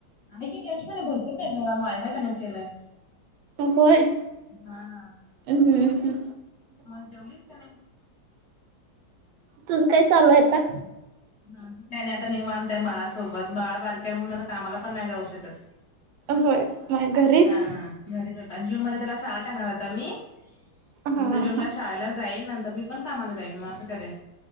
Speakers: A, on the left (about 45°); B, on the right (about 85°).
A: आहे की रेंज पण भरपूर नाही जेव्हा वायफाय कनेक्ट केलंय.
B: होय.
A: हा.
B: हम्म हम्म
A: मग जेवलीस का नाही?
B: तुझं काय चालूय आता?
A: काय नाय आता निवांत बाळासोबत बाळा बारके आहे म्हणून आता कामाला पण नाही जाऊ शकत.
B: होय मग घरीच
A: हा घरीच आता जून मध्ये त्याला शाळा टाकणार आता मी मग
B: हा
A: जूनला
B: हा
A: शाळेला जाईन नंतर मी पण कामाला जाईन मग असं करे